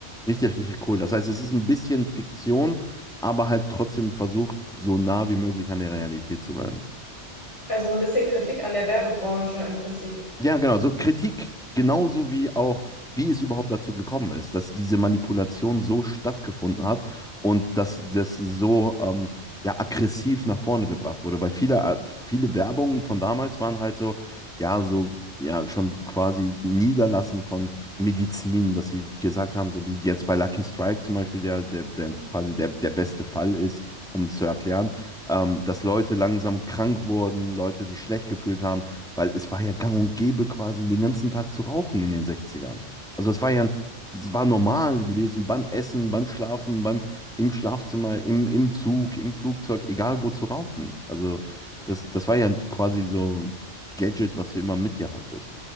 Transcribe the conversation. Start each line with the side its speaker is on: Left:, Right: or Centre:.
Centre: Richtig, richtig cool. Das heißt, es ist ein bisschen Fiktion, aber halt trotzdem versucht, so nah wie möglich an der Realität zu bleiben.
Left: Also so ein bisschen Kritik an der Werbebranche im Prinzip.
Centre: Ja, genau. So Kritik genauso wie auch, wie es überhaupt dazu gekommen ist, dass diese Manipulation so stattgefunden hat und dass das so ähm, ja, aggressiv nach vorne gebracht wurde. Weil viele, äh, viele Werbungen von damals waren halt so, ja, so. Ja, schon quasi Niederlassen von Medizin, dass sie gesagt haben, so wie jetzt bei Lucky Strike zum Beispiel, der, der, der quasi der, der beste Fall ist, um es zu erklären, ähm, dass Leute langsam krank wurden, Leute sich schlecht gefühlt haben weil es war ja gang und gäbe, quasi den ganzen Tag zu rauchen in den Sechzigern. Also es war ja, das war normal gewesen, beim Essen, beim Schlafen, beim, im Schlafzimmer, im, im Zug, im Flugzeug, egal wo zu rauchen. Also das, das war ja quasi so ein Gadget, was du immer mit dir hattest.